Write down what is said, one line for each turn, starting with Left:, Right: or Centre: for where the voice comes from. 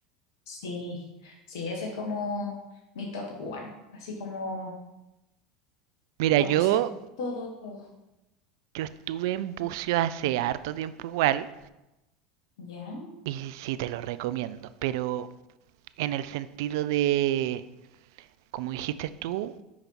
Left: Sí, sí, ese es como mi top one, así como
Right: Mira,
Left: conocer
Right: yo,
Left: todo, todo.
Right: yo estuve en buceo hace harto tiempo igual
Left: Ya,
Right: Y sí te lo recomiendo, pero en el sentido de, como dijiste tú,